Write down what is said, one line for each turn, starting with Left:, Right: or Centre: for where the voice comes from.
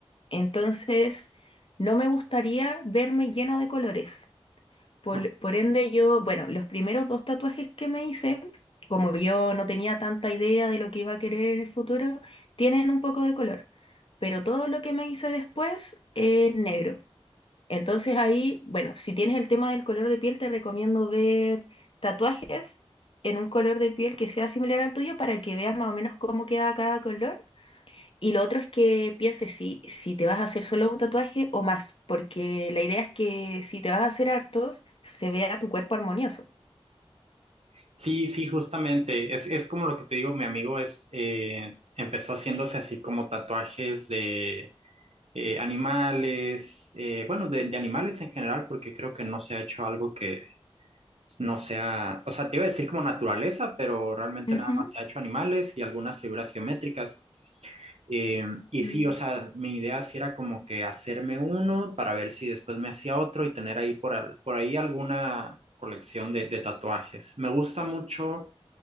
Left: Entonces, no me gustaría verme llena de colores. Por,
Right: ¿no?
Left: por ende, yo, bueno, los primeros dos tatuajes que me hice, como yo no tenía tanta idea de lo que iba a querer en el futuro, tienen un poco de color, pero todo lo que me hice después es negro. Entonces ahí, bueno, si tienes el tema del color de piel, te recomiendo ver tatuajes en un color de piel que sea similar al tuyo para que veas más o menos cómo queda cada color y lo otro es que pienses si, si te vas a hacer solo un tatuaje o más, porque la idea es que si te vas a hacer hartos, se vea tu cuerpo armonioso.
Right: Sí, sí, justamente. Es, es como lo que te digo, mi amigo es, eh, empezó haciéndose así como tatuajes de eh, animales, eh, bueno, de, de animales en general, porque creo que no se ha hecho algo que, no sea, o sea, te iba a decir como naturaleza, pero realmente
Left: Ujú,
Right: nada más se ha hecho animales y algunas figuras geométricas. Eh, y
Left: Mm.
Right: sí, o sea, mi idea sí era como que hacerme uno para ver si después me hacía otro y tener ahí por, al- por ahí alguna colección de, de tatuajes. Me gusta mucho